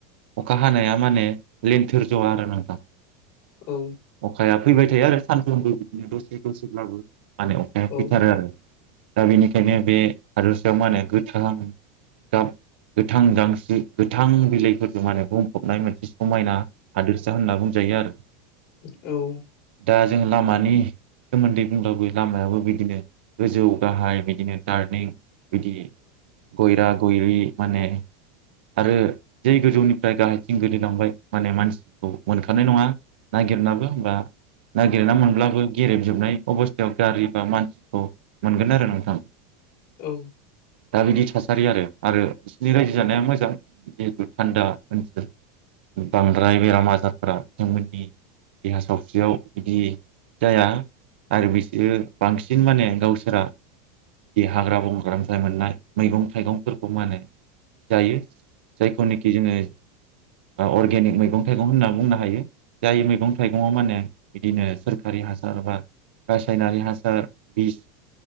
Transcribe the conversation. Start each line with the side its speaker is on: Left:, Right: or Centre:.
Right: अखा हानाया माने लनथोर ज'वा आरो नों
Left: औ
Right: अखाया फैबाय थायो आरो सानथामबो बिदिनो दसे दसेब्लाबो माने अखाया
Left: औ
Right: फैथारो आरो। दा बेनिखायनो बे हादसायाव मा होनो गोथां गाब गोथां दांसेरि गोथां बिलाइफोरजों माने बुंफबनाय मोनसे समायना हादोरसा सा होनना बुंजायो आरो।
Left: औ
Right: दा जों लामानि सोमोनदै बुंब्लाबो लामायाबो बिदिनो गोजौ गाहाय बिदिनो थारनिं बिदि गयरा गयरि माने आरो जे गोजौनिफ्राय गाहायथिं गोलैलांबाय माने मानसि मोनखानाय नङा नागिरनाबो होमबा नागिरना मोनब्लाबो गेरेबजोबनाय अबसथायाव गारि बा मानसिखौ मोनगोन आरो नोंथां
Left: औ
Right: दा बिदि थासारि आरो आरो बिसिनि रायजो जानाया मोजां जिहेथु थानदा ओनसोल बांद्राय बेराम आजारफोरा बिथांमोननि देहा सावस्रियाव बिदि जाया आरो बिसोरो बांसिन माने गावसोरा जि हाग्रा बंग्रानिफ्राय मोननाय मैगं थाइगंफोरखौ मा होनो जायो जायखौनोखि जोङो ओ अर्गेनिक मैगं-थाइगं खौ होनना बुंनो हायो जाय मैगं थाइगङाव मा होने बिदिनो सोरखारि हासार बा रासायनारि हासार बिस